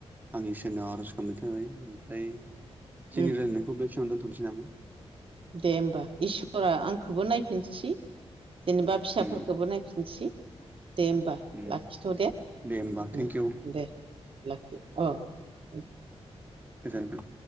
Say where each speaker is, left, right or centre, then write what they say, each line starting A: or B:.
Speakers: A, on the right; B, on the right.
A: आंनि इसोरनाव आर'ज गाबनाय थाबाय ओमफ्राय जोंनि
B: उम
A: रायलायनायखौ बेखिनिआवनो दोनथ'नोसै नामा।
B: दे होमबा इसरा आंखौबो नायफिनथोसै। जेनेबा फिसाफोरखोबो
A: उम
B: नायफिनसै दे होमबा
A: उम
B: लाखिथ' दे।
A: होमबा थेंक
B: उम
A: इउ
B: दे लाखि अ' उम
A: गोजोनथों।